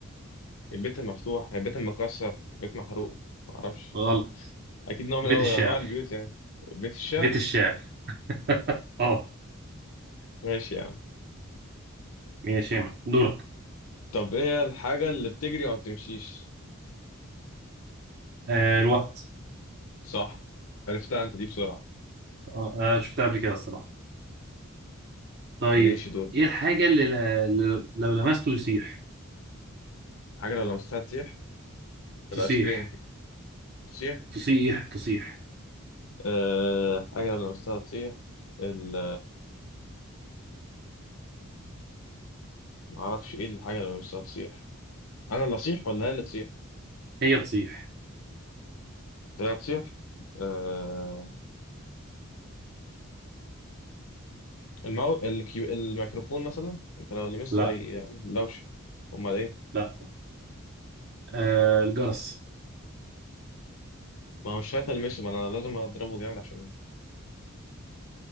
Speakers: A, on the left; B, on the right.
A: البيت المفتوح البيت المكسر البيت محروق معرفش
B: غلط
A: أكيد نوع من
B: بيت
A: أنواع
B: الشعر
A: أنواع البيوت يعني بيت الشعر
B: بيت الشعر <laughs> اه
A: ماشي يعني
B: ماشي يا مان. دورك
A: طب إيه هي الحاجة اللي بتجري وما بتمشيش
B: آه الوقت
A: صح عرفتها أنت دي بسرعة
B: آه آه، شفتها قبل كده الصراحة طيب
A: ماشي دور
B: ايه الحاجة اللي ل- ل- لو لمسته يصيح
A: حاجة لو لمستها تسيح الآيس
B: تصيح
A: كريم تسيح
B: تصيح تصيح
A: آه حاجة لو لمستها تسيح ال معرفش إيه الحاجة اللي لو لمستها تسيح انا اللي اصيح ولا هي اللي تصيح
B: هي تصيح
A: هي هتصيح آه الماو... الكيو... الميكروفون مثلا انت لو لمسته
B: لا
A: هي لوش امال ايه
B: لا آه الجرس
A: ما هو مش شرط المسه ما انا لازم اضربه جامد عشان